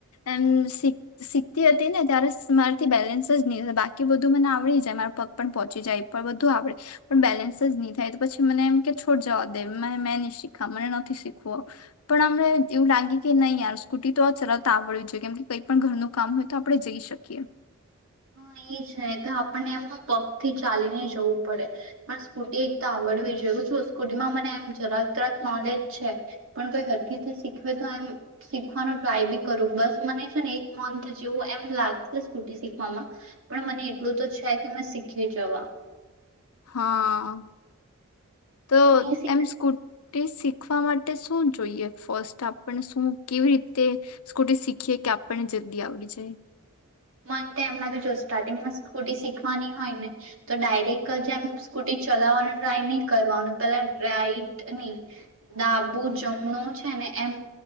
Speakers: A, on the left; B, on the right.
A: એમ શી શીખતી હતી ને ત્યારે મારાથી બેલેન્સ જ નહી બાકી બધું મને આવડી જાય મારા પગ પણ પહોંચી જાય પણ બધું આવડે પણ બેલેન્સ જ નહી થાય તો પછી મને એમ કે છોડ જવા દે મેં નહી શીખા મને નથી શીખવું પણ હમેં એવું લાગે કે નહીંયાર સ્કૂટી તો આ ચલાવતા આવડવી જોઈએ કેમ કે કઈ પણ ઘરનું કામ હોય તો આપડણે જઈ શકીએ
B: હા એ છે તો આપણને એમ પગથી ચાલીને જવું પડે પણ સ્કૂટી એક તો આવડવી જોઈએ સ્કૂટીમાં મને એમ જરાક તરાક નોલેજ છે પણ કોઈ હરકી શીખવે તો એમ શીખવાનું ટ્રાય બી કરું બસ મને છે ને એક મંથ જેવું એમ લાગશે સ્કૂટી શીખવામાં પણ મને એટલું તો છે કે મેં શીખી જવા
A: હા તો
B: નહી શીખ
A: એમ સ્કૂટ તે શીખવા માટે શું જોઈએ ફર્સ્ટ આપને શું કેવી રીતે સ્કૂટી શીખીએ કે આપણને જલ્દી આવડી જાય
B: મન એમનાથી જો સ્ટાર્ટિંગમાં સ્કૂટી શીખવાની હોય ને તો ડાયરેક્ટ જે એમ સ્કૂટી ચલાવવાનું ટ્રાય નહી કરવાનું પેલા રાઈટ નહી ડાબુ જમણું છે ને એમ